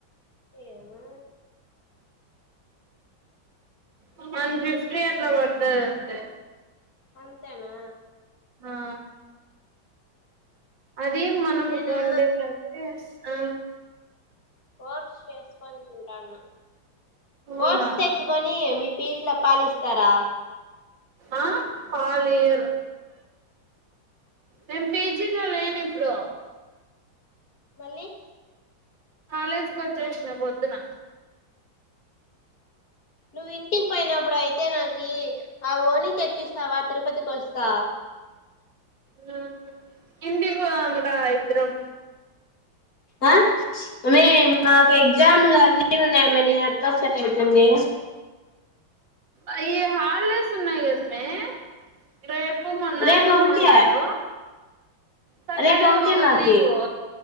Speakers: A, on the left; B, on the right.
A: ఏమో
B: ఆ వన్ ఫిఫ్టీ అట్లా పడుతాది అంతే
A: అంతేనా
B: ఆ అది మనం
A: నేనా
B: కొండతి ఆ
A: ఓట్స్ చేసుకొని తింటాన
B: అవునా
A: ఓట్స్ తెచ్చుకొని మీ పీజీ లో పాలిస్తారా
B: ఆ పాలు ఇయ్యారు నేను పీజీ లో లేని ఇప్పుడు
A: లి
B: కాలేజీకి వచ్చేసిన పొద్దున
A: నువ్వు ఇంటికి పోయినప్పుడు అయితే నాకి ఆ ఓని తెచ్చిస్తావా తిరుపతికి వస్తా
B: హా ఇంటి పోదాం రా ఇద్దరం
A: ఆ మే మాకు ఎగ్జామ్లు అన్నీ ఉన్నాయి మే నీ ఎట్ల వచెకి ఐతుంది
B: అయ్యో హాలిడేస్ ఉన్నాయి కద మే రేప్ ప్ మన్నాడు
A: రేపు ఒకటే
B: మన్నాడు సటర్డే
A: రేపు ఒకటే మాకి
B: లీవ్